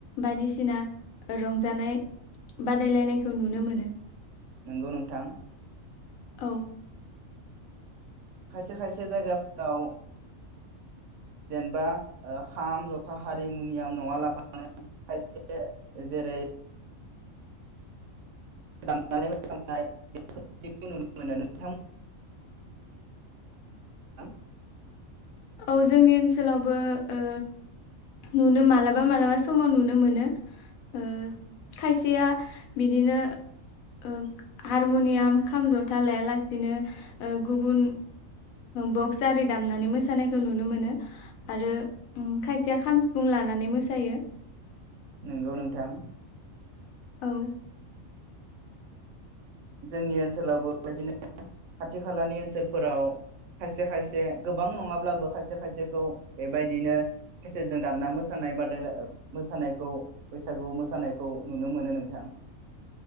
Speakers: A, on the left; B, on the right.
A: बायदिसिना ओ रंजानाय बादायलायनायखौ नुनो मोनो।
B: नोंगौ नोंथां।
A: औ
B: खायसे खायसे जायगाफोराव जेनेबा ओ खाम' जथा हारिमुनियाम नङा लाफानो खायसे जेरै दामनानै मोसानाय बेफोरबादिखौ नुनो मोनो नोंथां <unintelligible>
A: औ जोंनि ओनसोलावबो ओ नुनो मालाबा मालाबा समाव नुनो मोनो ओ खायसेया बिदिनो ओ हारमुनियाम, खाम, जथा लायालासिनो ओ गुबुन बक्स आरि दामनानै मोसा सानायखौ नुनो मोनो आरो उम खायसेया खाम, सिफुं लानानै मोसायो।
B: नंगौ नोंथां।
A: औ
B: जोंनि ओनसोलावबो बेबायदिनो खाथि खालानि ओनसोलफोराव खायसे खायसे गोबां नङाब्लाबो खायसे खायसेखौ बेबायदिनो खेसेेदजों दामना मोसानाय बादायला ओ मोसानायखौ बैसागु मोसानायखौ नुनो मोनो नोंथां।